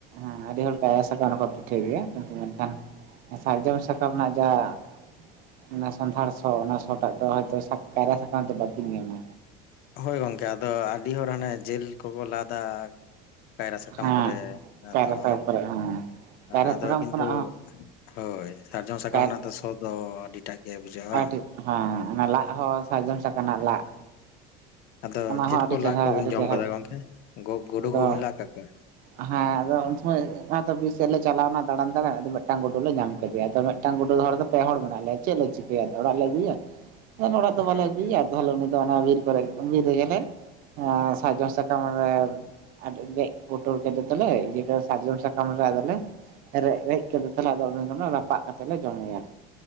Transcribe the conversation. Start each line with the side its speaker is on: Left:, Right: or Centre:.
Right: ᱦᱮᱸ ᱟᱹᱰᱤ ᱦᱚᱲ ᱠᱟᱭᱟ ᱟᱥᱠᱟᱢ ᱨᱮᱡᱚ ᱯᱤᱴᱷᱟᱹ ᱜᱮᱭᱟ ᱠᱤᱱᱛᱩ ᱢᱮᱱᱠᱷᱟᱱ ᱥᱟᱨᱡᱚᱢ ᱥᱟᱠᱟᱢ ᱨᱮᱱᱟᱜ ᱡᱟᱦᱸᱟ ᱥᱚᱸᱫᱷᱟᱲ ᱥᱚ ᱚᱱᱟ ᱥᱚ ᱴᱟᱜ ᱫᱚ ᱦᱚᱭᱛᱚ ᱠᱟᱭᱨᱟ ᱥᱟᱠᱟᱢ ᱨᱮᱫᱚ ᱵᱟᱠᱤᱱ ᱧᱟᱢᱟ
Left: ᱦᱳᱭ ᱜᱚᱢᱠᱮ ᱟᱫᱚ ᱟᱹᱰᱤ ᱦᱚᱲ ᱦᱟᱱᱮ ᱡᱤᱞ ᱠᱚᱠᱚ ᱞᱟᱫᱟ᱾ ᱠᱟᱭᱨᱟ ᱥᱟᱠᱟᱢ
Right: ᱦᱮᱸ
Left: ᱠᱚᱨᱮ ᱟᱫᱚ
Right: ᱠᱟᱭᱨᱟ ᱥᱟᱠᱟᱢ
Left: ᱚᱱᱮ
Right: ᱠᱚᱨᱮ ᱦᱮᱸ ᱠᱟᱭᱨᱟ
Left: ᱟᱫᱚ
Right: ᱥᱟᱠᱟᱢ
Left: ᱠᱤᱱᱛᱩ
Right: ᱠᱷᱚᱱᱟᱜ ᱦᱚᱸ
Left: ᱦᱳᱭ ᱥᱟᱨᱡᱚᱢ ᱥᱟᱠᱟᱢ
Right: ᱠᱟᱭ
Left: ᱨᱮᱱᱟᱜ ᱫᱚ ᱥᱚ ᱫᱚ ᱟᱹᱰᱤ ᱴᱟᱜ ᱜᱮ ᱵᱩᱡᱷᱟᱹᱜᱼᱟ
Right: ᱟᱹᱰᱤ ᱦᱮᱸ ᱚᱱᱟ ᱞᱟᱟᱜ ᱦᱚᱸ ᱥᱟᱨᱡᱚᱢ ᱥᱟᱠᱟᱢ ᱱᱟᱜ ᱞᱟᱜ
Left: ᱟᱫᱚ
Right: ᱚᱱᱟ
Left: ᱪᱮᱫ
Right: ᱦᱚᱸ ᱟᱹᱰᱤ
Left: ᱠᱚ
Right: ᱪᱮᱦᱨᱟ
Left: ᱞᱟᱫ ᱠᱚᱵᱤᱱ
Right: ᱟᱹᱰᱤ
Left: ᱡᱚᱢ
Right: ᱪᱮᱦᱨᱟ
Left: ᱠᱟᱫᱟ ᱜᱚᱝᱠᱮ ᱜᱩᱰᱩ
Right: ᱟᱫᱚ
Left: ᱠᱚᱵᱮᱱ ᱞᱟᱜ ᱠᱟᱜ ᱠᱚᱣᱟ?
Right: ᱦᱮᱸ ᱟᱫᱚ ᱩᱱ ᱥᱚᱢᱚᱭ ᱡᱟᱦᱟᱸ ᱵᱤᱨ ᱥᱮᱫ ᱞᱮ ᱪᱟᱞᱟᱣ ᱱᱟ ᱫᱟᱬᱟᱱ ᱫᱟᱬᱟᱱ ᱟᱫᱚ ᱢᱤᱫᱴᱟᱝ ᱜᱩᱰᱩ ᱞᱮ ᱧᱟᱢ ᱠᱮᱫᱮᱭᱟ ᱟᱫᱚ ᱢᱤᱫᱴᱟᱝ ᱜᱩᱰᱩ ᱦᱚᱲᱚᱨ ᱫᱚ ᱯᱮ ᱦᱚᱲ ᱢᱮᱱᱟᱜ ᱞᱮᱭᱟ ᱪᱮᱫᱞᱮ ᱪᱤᱠᱟᱹᱭᱟ ᱚᱲᱟᱜ ᱞᱮ ᱟᱹᱜᱩᱭᱟ ᱚᱲᱟᱜ ᱫᱚ
Left: ᱦᱳᱭ
Right: ᱵᱟᱞᱮ ᱟᱹᱜᱩᱭᱟ ᱛᱟᱦᱚᱞᱮ ᱩᱱᱤ ᱫᱚ ᱚᱱᱟ ᱵᱤᱨ ᱠᱚᱨᱮ ᱵᱤᱨ ᱨᱮᱜᱮᱞᱮ ᱥᱟᱨᱡᱚᱢ ᱥᱟᱠᱟᱢ ᱨᱮ ᱟᱨ ᱜᱮᱜ ᱯᱩᱴᱩᱨ ᱠᱮᱫᱮ ᱛᱮᱞᱮ ᱥᱟᱨᱡᱚᱢ ᱥᱟᱠᱟᱢ ᱨᱮ ᱟᱫᱚᱞᱮ ᱨᱮᱜ ᱨᱮᱡ ᱠᱮᱫ ᱛᱚᱞᱮ ᱟᱫᱚ ᱫᱚᱮ ᱨᱟᱯᱟᱜ ᱠᱟᱛᱮ ᱞᱮ ᱡᱚᱢᱮᱭᱟ᱾